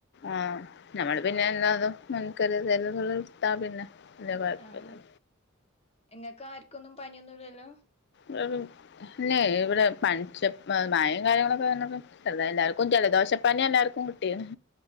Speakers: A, on the left; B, on the left.
A: ആഹ നഞമ്മള് പിന്നെ എല്ലാതും മുൻകരുതലുകൾ ഇട്ടുത്താ പിന്നെ വല്യ
B: ആഹ
A: കുഴപ്പല്ല
B: എങ്ങക്ക ആർക്കൊന്നും പനിയൊന്നുംല്ലല്ലോ
A: ല്ലെ ഇവിടെ പനിച്ചപ്പം മഴയും കാര്യങ്ങളൊക്കെ വന്നപ്പം ചെറുതാ എല്ലാർക്കും ജലദോഷപ്പനി എല്ലാർക്കും കിട്ടിയേ.